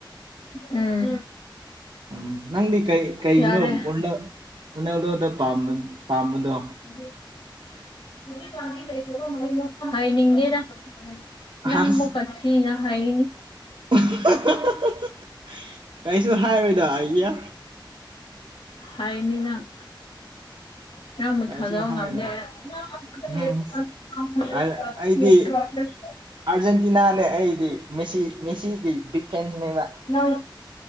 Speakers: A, on the left (about 85°); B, on the right (about 70°).
A: ꯎꯝ
B: ꯎꯝ ꯅꯪꯗꯤ ꯀꯩ ꯀꯩꯩꯅꯣ
A: ꯌꯥꯔꯦ
B: <unintelligible> ꯔꯣꯅꯜꯗꯣꯗ ꯄꯥꯝꯕ ꯄꯥꯝꯕꯗꯣ
A: <unintelligible> <unintelligible> ꯍꯥꯏꯅꯤꯡꯗꯦꯗ ꯅꯪꯕꯧ
B: ꯑꯁ
A: ꯀꯊꯤꯔꯥ ꯍꯥꯏꯒꯅꯤ
B: <unintelligible> <unintelligible> ꯀꯩꯁꯨ ꯍꯥꯏꯔꯣꯏꯗ ꯑꯩꯌꯥ
A: ꯍꯥꯏꯅꯤ ꯅꯪ ꯅꯪꯕꯨ
B: ꯀꯩꯁꯨ
A: ꯊꯥꯖꯕ
B: ꯍꯥꯏꯔꯣꯏ
A: ꯉꯝꯗꯦ ꯑꯩ
B: ꯎꯝ
A: <unintelligible>
B: ꯑ- ꯑꯩꯗꯤ ꯑꯥꯔꯖꯦꯟꯇꯤꯅꯥꯅꯦ ꯑꯩꯗꯤ ꯃ‌ꯦꯁꯤ ꯃꯦꯁꯤꯒꯤ ꯕꯤꯛ ꯐ‌ꯦꯟꯁꯅꯤꯕ
A: ꯅꯪ